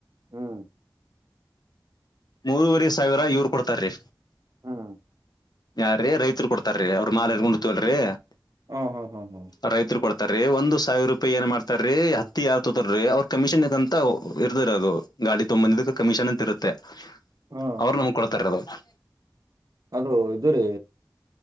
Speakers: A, on the right; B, on the left.
A: ಹ್ಮ್
B: ಮೂರುವರಿ ಸಾವಿರ ಇವ್ರು ಕೊಡ್ತಾರೀ
A: ಹ್ಮ್
B: ಯಾರೀ ರೈತ್ರು ಕೊಡ್ತಾರ್ ರೀ ಅವ್ರು <unintelligible>
A: ಹು ಹು ಹು ಹು
B: ರೈತರ ಕೊಡ್ತಾರೀ ಒಂದ್ ಸಾವಿರ ರೂಪಾಯಿ ಏನ್ ಮಾಡ್ತಾರೀ ಹತ್ತಿ ಯಾರ್ ತೋತಾರೀ ಅವ್ರ ಕಮಿಷನ್ ಇದ ಅಂತ ಇರತ್ತದರಿ ಅದು ಗಾಡಿ ತೊಂಬಂದಿದಕ್ಕ ಕಮಿಷನ್ ಅಂತ ಇರುತ್ತೆ
A: ಹ್ಮ
B: ಅವರು ನಮಗ ಕೊಡ್ತಾರಿ ಅದನ್ನ
A: ಅದು ಇದುರೀ